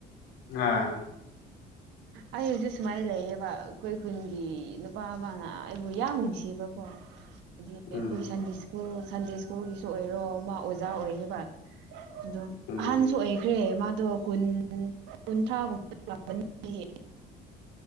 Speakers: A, on the left; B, on the right.
A: ꯑꯥ
B: ꯑꯩ ꯍꯧꯁꯨ ꯁꯨꯃꯥꯏꯅ ꯂꯩꯌꯦꯕ ꯑꯩꯈꯣꯏ ꯈꯨꯟꯒꯤ ꯅꯨꯄꯥ ꯑꯃꯅ ꯑꯩꯕꯨ ꯌꯥꯝ ꯅꯨꯡꯁꯤ ꯏꯕ ꯄꯣ ꯍꯥꯏꯗꯤ ꯑꯩꯈꯣꯏ
A: ꯎꯝ
B: ꯁꯟꯗꯦ ꯁ꯭ꯀꯨꯜ ꯁꯟꯗꯦ ꯁ꯭ꯀꯨꯜꯒꯤꯁꯨ ꯑꯣꯏꯔꯣ ꯃꯥ ꯑꯣꯖꯥ ꯑꯣꯏꯌꯦꯕ ꯑꯗꯣ
A: ꯎꯝ
B: ꯑꯍꯟꯁꯨ ꯑꯣꯏꯈ꯭ꯔꯦ ꯃꯥ ꯗꯣ ꯀꯨꯟ ꯀꯨꯟꯊ꯭ꯔꯥꯒꯨꯝꯕꯥꯅꯤ